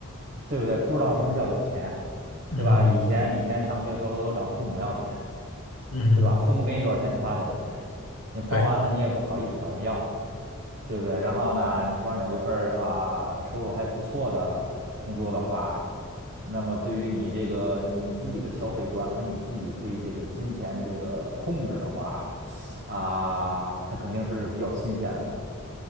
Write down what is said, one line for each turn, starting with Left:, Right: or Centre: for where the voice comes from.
Right: 对不对？不知道什么叫有钱，
Left: 嗯
Right: 对吧？以前以前上学的时候都找父母要钱，
Left: 嗯，
Right: 对吧？父母给你多少钱，你花多少钱，你花完了你也不好意思找人要。
Left: 对，
Right: 对不对？然后呢，你突然有一份儿啊收入还不错的工作的话，那么对于你这个你自己的消费观和你自己对这个金钱这个控制的话，啊，它肯定是比较新鲜的嘛，